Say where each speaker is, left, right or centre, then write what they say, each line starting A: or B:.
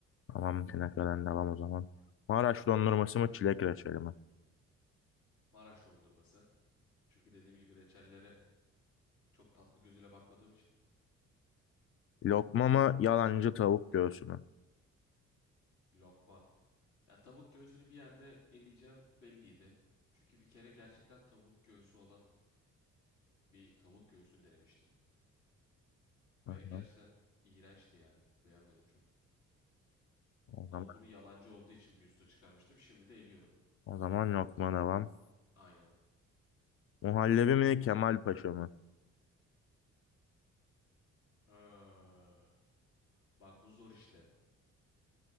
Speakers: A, on the left; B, on the left.
A: Tamam, künefeden devam o zaman. Maraş dondurması mı, çilek reçeli mi?
B: Maraş dondurması. Çünkü dediğim gibi reçellere çok tatlı gözüyle bakmadığım için.
A: Lokma mı, yalancı tavuk göğsü mü?
B: Lokma. Ya tavuk göğsünü bir yerde eleyeceğim belliydi. Çünkü bir kere gerçekten tavuk göğsü olan bir tavuk göğsünü denemiştim. Ve
A: Hı
B: gerçekten
A: hı.
B: iğrençti yani. Beğenmedim çok.
A: O
B: Ama
A: zaman,
B: bunu yalancı olduğu için bir üstüne çıkarmıştım. Şimdi de eliyorum.
A: o zaman lokma devam.
B: Aynen.
A: Muhallebi mi, Kemal Paşa mı?
B: Ha. Bak bu zor işte.